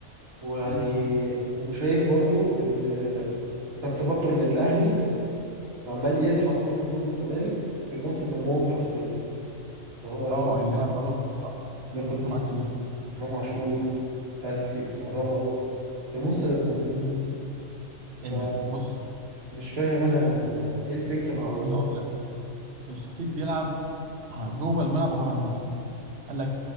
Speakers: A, on the right; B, on the right.
A: ويعني
B: مم.
A: وشايف برضو إن بس برضو اللي الأهلي عمال يسحب كل نجوم الزمالك بيمص دمهم حرفيا اللي هو ياخد
B: اه
A: بن...
B: يعني انا برضه متفق
A: ياخد زيزو
B: معاك في دي
A: إمام عاشور مش عارف إيه وكهربا بيمص دمهم
B: مم.
A: ف
B: يعني بص
A: مش فاهم أنا إيه الفكرة من
B: اه
A: الموضوع
B: انا هقول
A: ده
B: لك الخطيب بيلعب جوه الملعب وبره الملعب قال لك